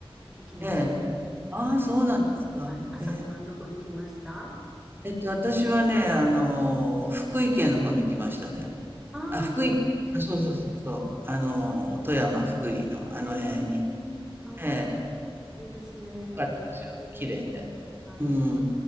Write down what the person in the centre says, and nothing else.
行きまし
た。はい。
はい。あさこさんどこ行きましたあ
あー、
えー、あー
いいですね。
うん、
あー